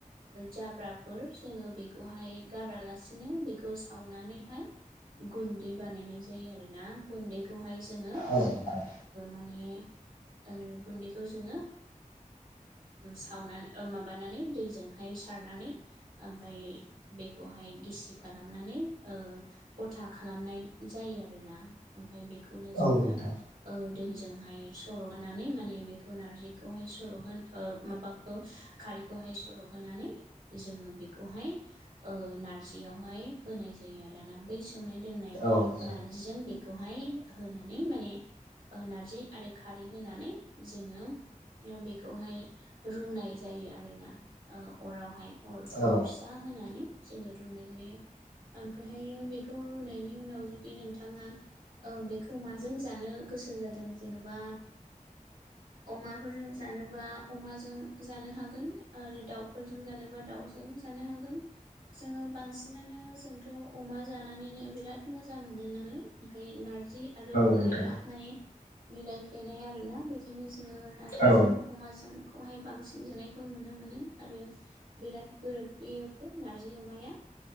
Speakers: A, on the right (about 85°); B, on the left (about 85°).
A: जाब्राफोर जोङो बेखौहाय गारालासिनो बेखौ सावनानैहाय गुन्दै बानायनाय जायो आरोना गुन्दैखौहाय जोङो
B: औ नोंथां
A: माने आरो गुन्दैखौ जोङो सावनानै माबानानै दैजोंहाय सारनानै ओमफ्राय बेखौहाय गिसि खालामनानै गथा खालामनाय जायो आरोना बेखौनो जोङो
B: औ नोंथां
A: ओ दैजोंहाय सर' होनानै माने बेखौ नारजिखौहाय सर' माबाखौ खारैखौहाय सर' हो होनानै जोङो बेखौहाय नारजियावहाय होनाय जायो आरोना। सोमनाय दोननाय
B: औ नोंथां
A: नारजिजों बेखौहाय होनानै माने नारजि आरो खारै होनानै जोङो बेखौहाय रुनाय जायो आरोना अरावहाय अरखौ
B: औ
A: फिसा होनानै जोङो रुनाय जायो। ओमफ्रायहायो बेखौ रुनायनि उनाव जुदि नोंथाङा बेखौ माजों जानो गोसो जादों जेन'बा अमाफोरजों जानोबा अमाजों जानो हागोन आरो दाउफोरजों जानोबा दाउजों जानो हागोन जोङो बांसिनानो जोंथ' अमा जानानैनो बिराद मोजां मोनो नालाय ओमफ्राय नारजि जि आरो अमाया
B: नोंथां
A: माने मिलाय फ्लेनाय आरोना। बेखायनो जों जोङो नारजिजों
B: औ नोंथां औ
A: अमाजों खौहाय बांसिन जानायखौ नुनो मोनो आरो बिराद गोरोबफ्लेयो। नारजि अमाया